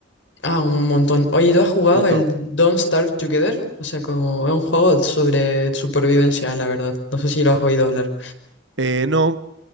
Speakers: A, on the left; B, on the right.
A: Ah, un montón. Oye, ¿tú has jugado
B: un montón.
A: el Don't Starve Together? O sea, como es un juego sobre supervivencia, la verdad. No sé si lo has oído hablar.
B: Eh, no,